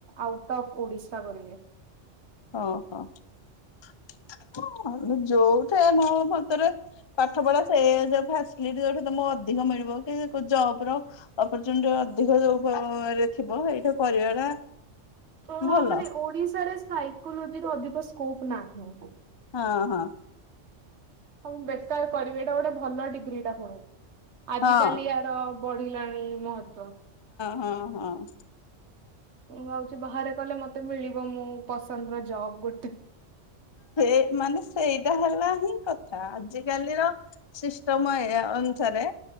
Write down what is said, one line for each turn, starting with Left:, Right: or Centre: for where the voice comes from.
Right: ଆଉଟ ଅଫ୍ ଓଡିଶା କରିବେ।
Left: ଓହୋ ଯୋଉଠେ ମୋ ମତରେ ପାଠ ପଢା ସେ ଯୋଉ ପାସିଲିଟୀ ଯୋଉଠେ ଅଧିକ ମିଳିବ କି ଜବ ର ଅପରଚୁନିଟୀ ଅଧିକ ଯୋଉ ଥିବ ହେଇଠେ କରିବାଟା।
Right: ତ
Left: ଭଲ
Right: ମାନେ ଓଡିଶାରେ ସାଇ। <inaudible> ଅଧିକ ସ୍କୋପ ନାହିଁ।
Left: ହଁ ହଁ।
Right: ହଁ ମୁଁ ବେଟର କରିବି ଏଇଟା ଗୋଟେ ଭଲ ଡିଗ୍ରୀଟା ପୁଣି। ଆଜିକାଲି
Left: ହଁ
Right: ଆର ବଢିଲାଣି ମହତ୍ଵ ତ
Left: ହୁଁ ହୁଁ।
Right: ମୁଁ ଭାବୁଛି ବାହାରେ କଲେ ମତେ ମିଳିବ। ମୁଁ ପସନ୍ଦର ଜବ ଗୋଟେ।
Left: ସେ ମାନେ ସେଇଟା ହେଲା ହିଁ କଥା ଆଜିକାଲିର ସିଷ୍ଟମ ଏୟା ଅନୁସାରେ